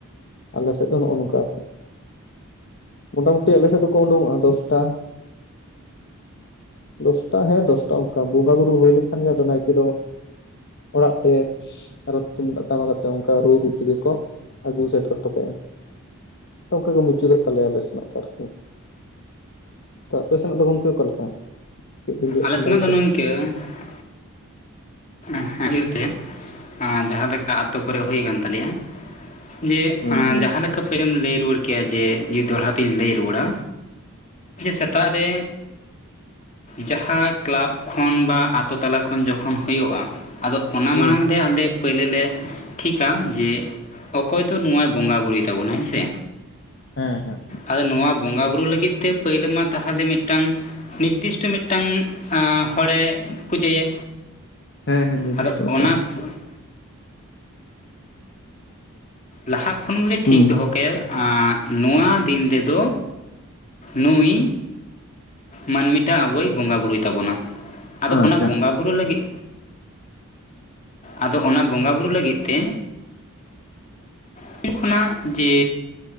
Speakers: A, on the left; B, on the left.
A: ᱟᱞᱮ ᱥᱮᱫ ᱫᱚ ᱱᱚᱜᱼᱚ ᱱᱚᱝᱠᱟ ᱟᱨᱠᱤ᱾ ᱢᱚᱴᱟᱢᱩᱴᱤ ᱟᱞᱮ ᱥᱮᱫ ᱫᱚᱠᱚ ᱩᱰᱩᱝᱜᱼᱟ ᱫᱚᱥᱴᱟ ᱫᱚᱥᱴᱟ ᱦᱮᱸ ᱫᱚᱥᱴᱟ ᱚᱝᱠᱟ ᱵᱚᱸᱜᱟ ᱵᱩᱨᱩ ᱦᱩᱭ ᱞᱮᱱᱠᱷᱟᱱ ᱜᱮ ᱟᱫᱚ ᱱᱟᱭᱠᱮ ᱫᱚ ᱚᱲᱟᱜ ᱛᱮ ᱟᱨᱚ ᱛᱩᱢᱫᱟᱜ ᱴᱟᱢᱟ ᱟᱛᱮ ᱟᱫᱚ ᱚᱱᱠᱟ ᱨᱩ ᱨᱩ ᱛᱮᱜᱮ ᱠᱚ ᱟᱹᱜᱩ ᱥᱮᱴᱮᱨ ᱦᱚᱴᱚ ᱠᱟᱭᱟ᱾ ᱚᱝᱠᱟ ᱜᱮ ᱢᱩᱪᱟᱹᱫᱚᱜ ᱛᱟᱞᱮᱭᱟ ᱟᱞᱮ ᱥᱮᱱᱟᱜ ᱫᱚ ᱟᱨᱠᱤ᱾ ᱛ ᱟᱯᱮ ᱥᱮᱱᱟᱜ ᱫᱚ ᱜᱚᱢᱠᱮ ᱚᱠᱟᱞᱮᱠᱟ? ᱠᱟᱹᱡᱽ ᱵᱮᱤᱱ ᱞᱟᱹᱭ-ᱟ
B: ᱟᱞᱮ
A: ᱠᱷᱟᱱ ᱵᱷᱟᱹᱜᱤ ᱠᱚᱜᱼᱟ?
B: <unintelligible> ᱸ ᱦᱮᱸ ᱦᱮᱸᱤᱭᱟ ᱛᱮ ᱡᱟᱸᱦᱟ ᱞᱮᱠᱟ ᱟᱛᱩ ᱠᱚᱨᱮᱜ ᱦᱩᱭ ᱟᱠᱟᱱ ᱛᱟᱞᱮᱭᱟ ᱡᱮ
A: ᱦᱩᱸ
B: ᱮᱸ
A: ᱦᱩᱸ
B: ᱡᱟᱦᱟᱸ ᱞᱮᱠᱟ <inaudible> ᱞᱟᱹᱭ ᱨᱩᱣᱟᱹᱲ ᱠᱮᱫ ᱠᱮᱭᱟ ᱡᱮ ᱡᱚᱫᱤ ᱫᱚᱦᱲᱟ ᱛᱤᱧ ᱞᱟᱹᱭ ᱨᱩᱣᱟᱹᱲᱟ ᱥᱮᱛᱟᱜ ᱨᱮ ᱡᱟᱦᱟᱸ ᱠᱮᱞᱟᱵᱽ ᱠᱷᱚᱱ ᱵᱟ ᱟᱛᱳ ᱛᱟᱞᱟ ᱠᱷᱚᱱ ᱡᱚᱠᱷᱚᱱ ᱦᱩᱭᱩᱜᱼᱟ ᱟᱫᱚ ᱚᱱᱟ
A: ᱦᱩᱸ
B: ᱢᱟᱲᱟᱝ ᱨᱮ ᱟᱞᱮ ᱯᱳᱭᱞᱳ ᱞᱮ ᱴᱷᱤᱠᱟ, ᱡᱮ ᱚᱠᱚᱭ ᱫᱚ ᱱᱚᱣᱟᱭ ᱵᱚᱸᱜᱟ ᱵᱩᱨᱩᱭ ᱛᱟᱵᱚᱱᱟ ᱦᱮᱸ ᱥᱮ
A: ᱦᱮᱸ ᱦᱮᱸ
B: ᱟᱫᱚ ᱱᱚᱣᱟ ᱵᱚᱸᱜᱟ ᱵᱩᱨᱩ ᱞᱟᱹᱜᱤᱫ ᱛᱮ ᱯᱟᱹᱭᱞᱟᱹ ᱢᱟ ᱛᱟᱦᱚᱞᱮ ᱢᱤᱫᱴᱟᱝ ᱱᱤᱨᱫᱤᱥᱴᱚ ᱢᱤᱫᱴᱟᱝ ᱦᱚᱲᱮ ᱯᱩᱡᱟᱹᱭᱟ
A: ᱦᱮᱸ ᱦᱮᱸ ᱱᱤᱨᱫᱤᱥᱴᱚ
B: <unintelligible>
A: ᱢᱤᱫᱴᱟᱝ ᱦᱚᱸ
B: ᱞᱟᱦᱟ ᱠᱷᱚᱱ ᱜᱮᱞᱮ
A: ᱦᱩᱸ
B: ᱴᱷᱤᱠ ᱫᱚᱦᱚ ᱠᱟᱭᱟ᱾ ᱟᱨ ᱱᱚᱣᱟ ᱫᱤᱱ ᱛᱮᱫᱚ ᱱᱩᱭ ᱢᱟᱹᱱᱢᱤᱴᱟ ᱟᱵᱚᱭ ᱵᱚᱸᱜᱟ ᱵᱩᱨᱩᱭ ᱛᱟᱵᱚᱱᱟ ᱟᱫᱚ
A: ᱟᱪᱪᱷᱟ
B: ᱚᱱᱟ ᱵᱚᱸᱜᱟ ᱵᱩᱨᱩ ᱞᱟᱹᱜᱤᱫ ᱟᱫᱚ ᱚᱱᱟ ᱵᱚᱸᱜᱟ ᱵᱩᱨᱩ ᱞᱟᱹᱜᱤᱫ ᱛᱮ <unintelligible> ᱠᱷᱚᱱᱟᱜ ᱡᱮ